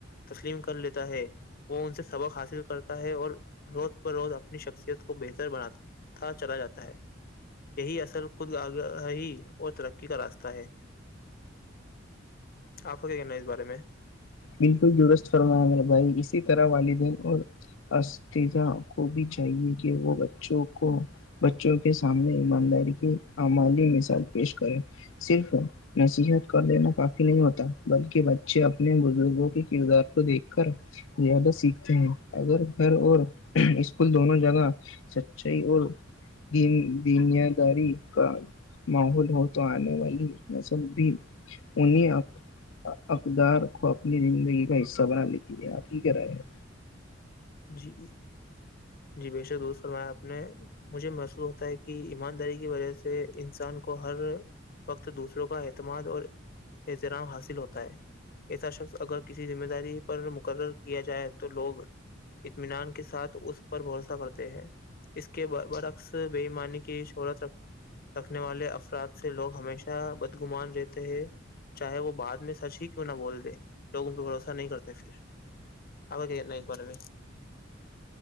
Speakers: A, on the left; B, on the left.
A: تسلیم کر لیتا ہے وہ ان سے سبق حاصل کرتا ہے اور روز ب روز اپنی شخصیت کو بہتر بناتی تھا چلا جاتا ہے یہی اثر خود آگاہی اور ترقی کا راستہ ہے آپ کا کیا کہنا ہے اس بارے میں
B: بالکل درست فرمار بھائی اسی طرح والدین اور اسذہ کو بھی چاہیے کہ وہ بچوں کو بچوں کے سامنے ایمانداری کی عمالی مثال پیش کریں صرف نصیحت کر دینا کافی نہیں ہوتا بلکہ بچے اپنے لوگوں کے کردار کو دیکھ کر زیادہ سیکھتے ہیں اگر گھر اور اسکول دونوں جگہ سچائی اور دین دنیاداری کا ماحول ہو تو آنے والی نسل بھی انہی اقدار کو اپنی زندگی کا حصہ بنا لیتی ہے آپ کی کیا رائے ہیں
A: جی جی بے شک درست فرمایا آپ نے مجھے محسوس ہوتا ہے کہ ایمانداری کی وجہ سے انسان کو ہر وقت دوسروں کا اعتماد اور احترام حاصل ہوتا ہے ایسا شخص اگر کسی ذمہ داری پر مقرر کیا جائے تو لوگ اطمینان کے ساتھ اس پر بھروسہ کرتے ہیں اس کے برعکس بے ایمانی کی شہرت رکھ رکھنے والے افراد سے لوگ ہمیشہ بدگمان رہتے ہیں چاہے وہ بعد میں سچ ہی کیوں نہ بول د لوگوں پہ بھروسہ نہیں کرتے پھر گیا نہ ایک بار میں